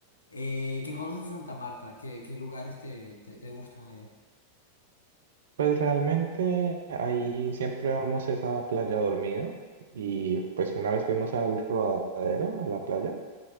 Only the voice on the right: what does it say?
Pues realmente ahí siempre vamos es a playa dormida y pues una vez fuimos al Rodadero, a la playa.